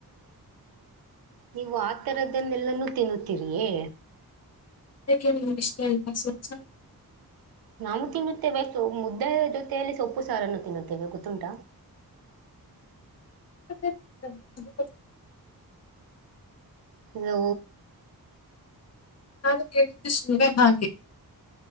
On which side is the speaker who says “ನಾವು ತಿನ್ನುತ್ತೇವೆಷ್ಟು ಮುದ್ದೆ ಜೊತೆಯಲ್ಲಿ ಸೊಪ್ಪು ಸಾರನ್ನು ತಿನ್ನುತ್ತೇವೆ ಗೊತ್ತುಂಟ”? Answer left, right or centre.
Right